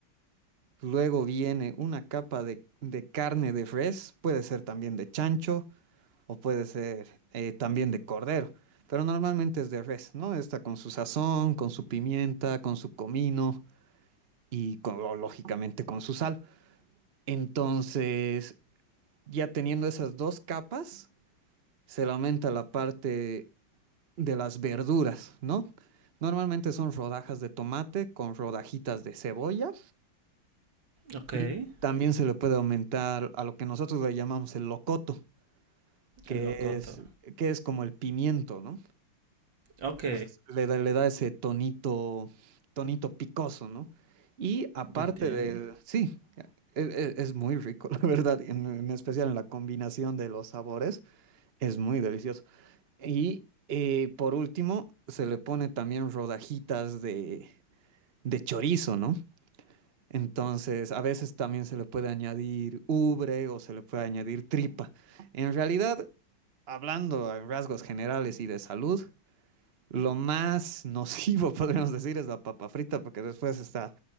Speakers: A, on the right (about 45°); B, on the right (about 65°).
A: luego viene una capa de, de carne de res, puede ser también de chancho, o puede ser eh, también de cordero, pero normalmente es de res, ¿no? Está con su sazón, con su pimienta, con su comino y con- o, lógicamente con su sal. Entonces, ya teniendo esas dos capas, se le aumenta la parte de las verduras, ¿no? Normalmente son rodajas de tomate con rodajitas de cebolla
B: Ok,
A: y
B: el
A: también se le puede aumentar a lo que nosotros le llamamos el locoto, que
B: locoto.
A: es, que es como el pimiento, ¿no?
B: Ok,
A: pues, le da, le da ese tonito, tonito picoso, ¿no? Y aparte
B: ya entiendo.
A: del, sí, e- e- es, muy rico, <laughs> la verdad, en, en especial en la combinación de los sabores, es muy delicioso. Y eh, por último, se le pone también rodajitas de, de chorizo, ¿no? Entonces, a veces también se le puede añadir ubre o se le puede añadir tripa. En realidad, hablando a rasgos generales y de salud, lo más nocivo, <laughs> podríamos decir, es la papa frita, porque después está